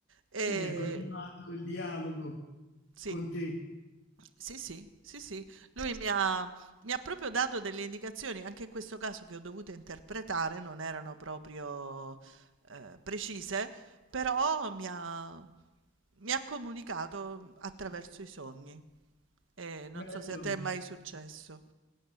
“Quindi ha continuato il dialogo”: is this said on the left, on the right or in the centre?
Left